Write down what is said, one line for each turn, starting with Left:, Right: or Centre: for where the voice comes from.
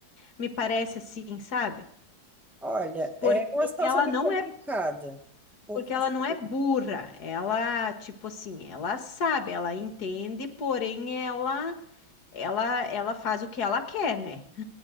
Left: me parece assim, sabe?
Centre: olha,
Left: Porque
Centre: é uma situação
Left: ela
Centre: meio
Left: não
Centre: complicada.
Left: é,
Centre: Porque
Left: porque ela
Centre: assim,
Left: não é burra. Ela, tipo assim, ela sabe, ela entende, porém ela ela ela faz o que ela quer, né?